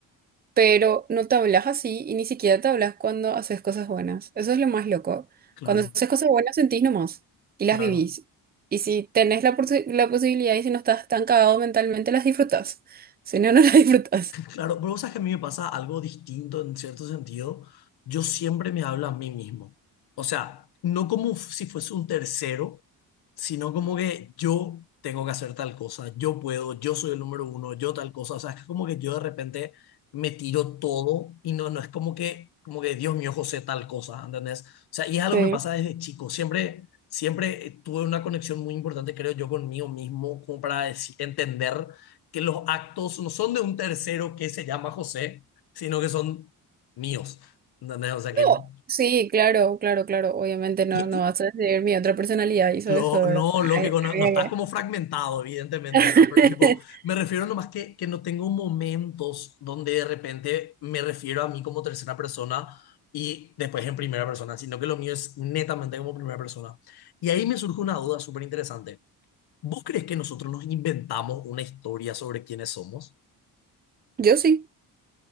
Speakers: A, on the right; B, on the left.
A: pero no te hablas así y ni siquiera te hablas cuando haces cosas buenas. Eso es lo más loco.
B: Claro,
A: Cuando haces cosas buenas sentís nomás y
B: claro.
A: las vivís. Y si tenés la, posi- la posibilidad y si no estás tan cagado mentalmente, las disfrutas. Si no, no <laughs> las disfrutas.
B: Claro, pero vos sabes que a mí me pasa algo distinto en cierto sentido. Yo siempre me hablo a mí mismo. O sea, no como si fuese un tercero, sino como que yo tengo que hacer tal cosa, yo puedo, yo soy el número uno, yo tal cosa. O sea, es como que yo de repente me tiro todo y no, no es como que, como que Dios mío, José, tal cosa, ¿entendés? O sea, y es algo
A: Sí.
B: que me pasa desde chico. Siempre, siempre eh, tuve una conexión muy importante, creo yo, conmigo mismo, como para deci- entender que los actos no son de un tercero que se llama José, sino que son míos. ¿Entendés? O sea que...
A: No, sí, claro, claro, claro. Obviamente no,
B: y-
A: no
B: y
A: vas a decir mi otra personalidad hizo
B: lo-
A: eso, ¿verdad?
B: no, lógico,
A: Ay,
B: no,
A: ay,
B: no estás como fragmentado, evidentemente,
A: ay.
B: ¿verdad? Pero tipo,
A: <laughs>
B: me refiero nomás que, que no tengo momentos donde de repente me refiero a mí como tercera persona y después en primera persona, sino que lo mío es netamente como primera persona. Y ahí me surge una duda súper interesante. ¿Vos crees que nosotros nos inventamos una historia sobre quiénes somos?
A: Yo sí.